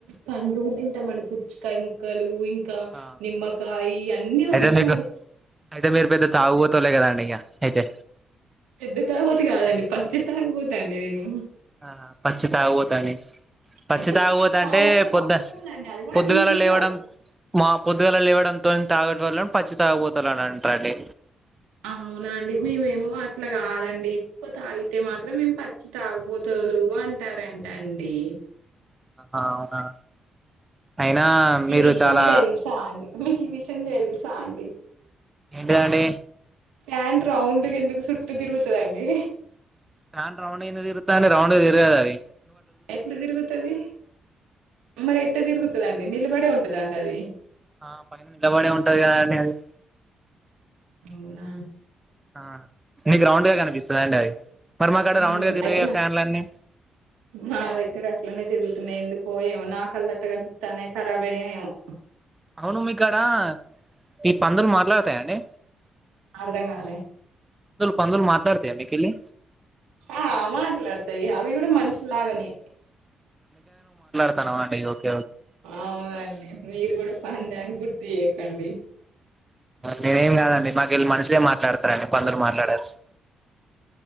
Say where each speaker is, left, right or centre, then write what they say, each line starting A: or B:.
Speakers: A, on the right; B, on the right.
A: పండు కూడా తింటామండి పుకుచ్చకాయ ముక్కలు ఇంకా
B: ఆ
A: నిమ్మకాయ అన్ని వాడతామండి
B: అయితే మీకు అయితే మీరు పెద్ద తాగుపోతోలే కదాండి అయితే
A: పెద్ద తాగిపోతే కాదండి పచ్చి తాగిపోతా అండి నేను
B: ఆ పచ్చి తాగుపోతు అంటే పచ్చి
A: అంటే
B: తాగుపోత
A: తాగడంలో
B: అంటే పొద్దు
A: తప్పేముందండి అది కూడా
B: పొద్దుగల
A: నీళ్ళే
B: లేవడం
A: కదండి
B: మా పొద్దుగల లేవడంతో తాగట్ వాళ్ళని పచ్చి తాగపోతాలని అంటారండి
A: అవునాండి మేమేమో అట్లా కాదండి ఎక్కువ తాగితే మాత్రం మేం పచ్చి తాగుబోతోలు అంటారంట అండి.
B: ఆ అవునా. అయినా
A: మీకు
B: మీరు
A: ఈ విషయం
B: చాలా
A: తెలుసా అండి. మీకు ఈ విషయం తెలుస్ సా అండి.
B: ఎంటిదండి.
A: ప్యాన్ రౌండ్ గా ఎందుకు చుట్టూ తిరుగుతదండి.
B: ఫ్యాన్ రౌండ్ గా ఎందుకు తిరుగుతది అండి రౌండ్ గా తిరుగదది.
A: ఎట్లా తిరుగుతది మరి ఎట్ల తిరుగుతదండీ నిలబడే ఉం టాదా అండి అది.
B: ఆ పైనా నిలబడే ఉంటది కదా అండి అది.
A: అవునా
B: ఆ నీకు రౌండ్ గా కనిపిస్తదా అండి అది. మరి మాకాడ
A: ఉమ్
B: రౌండ్ గా తిరిగే
A: అయితేనా
B: ఫ్యాన్లన్నీ
A: మా దగ్గర అట్లనే తిరుగుతున్నయి ఎందు కో ఎ మో నాకల్లు అట్ల కనిపిత్తన్నయి కరాబ్ అయినయో ఎమో.
B: అవును మీకాడా ఈ పందులు మాట్లాడతయా అండి.
A: అర్ధంగాలే
B: పందులు మాట్లాడతాయా మీకెళ్ళి
A: ఆ మాట్లాతయి అవి అవి కూడా మనషులాగానే
B: కనపడ్డయి రోజు
A: అవునండి మీరు కూడా పందే అని గుర్తుచేయ కండి.
B: నేనేం కాదండి మాకెళ్ళి మనుషులే మాట్లాడతరు అండి పందులు మాట్లాడరు.